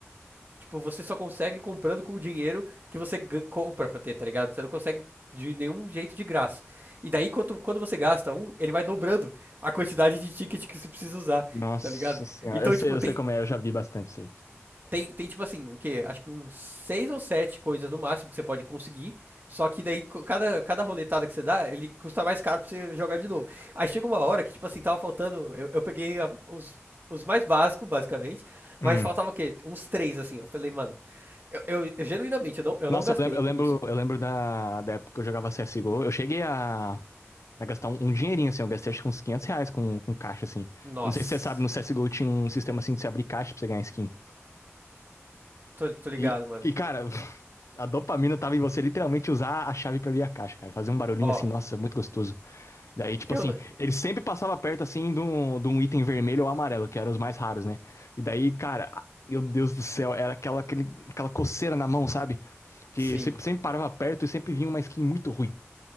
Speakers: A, on the right; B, on the left.
A: tipo, você só consegue comprando com o dinheiro que você gan- compra pra ter, tá ligado? Você não consegue de nenhum jeito de graça. E daí, quando, quando você gasta um, ele vai dobrando a quantidade de ticket que você precisa usar,
B: Nossa
A: tá ligado?
B: senhora,
A: Então,
B: eu sei,
A: tipo,
B: eu
A: tem,
B: sei como é, eu já vi bastante isso aí.
A: tem, tem tipo assim, o quê? Acho que uns seis ou sete coisas no máximo que você pode conseguir. Só que daí, co- cada, cada roletada que você dá, ele custa mais caro pra você jogar de novo. Aí chega uma hora que, tipo assim, tava faltando. Eu, eu peguei a- os, os mais básicos, basicamente.
B: Hum.
A: Mas faltava o quê? Uns três, assim. Eu falei, mano, eu, eu- eu genuinamente, eu não, eu
B: Nossa,
A: não gastei
B: eu lembro, eu
A: com
B: lembro,
A: isso.
B: eu lembro da, da época que eu jogava CSGO, eu cheguei a, a gastar um, um dinheirinho, assim, eu gastei acho que uns 500 reais com, com caixa, assim.
A: Nossa,
B: Eu não sei se você sabe, no CSGO tinha um sistema assim de você abrir caixa pra você ganhar skin.
A: tô, tô ligado,
B: E,
A: mano.
B: e, cara, <laughs> a dopamina tava em você literalmente usar a chave pra abrir a caixa, cara. Fazer um barulhinho
A: Ó,
B: assim, nossa, muito gostoso. Daí, tipo
A: eu.
B: assim,
A: não-
B: ele sempre passava perto, assim, de um, de um item vermelho ou amarelo, que eram os mais raros, né? E daí, cara, ah, meu Deus do céu, era aquela, aquele, aquela coceira na mão, sabe? Que
A: Sim.
B: sempre, sempre parava perto e sempre vinha uma skin muito ruim.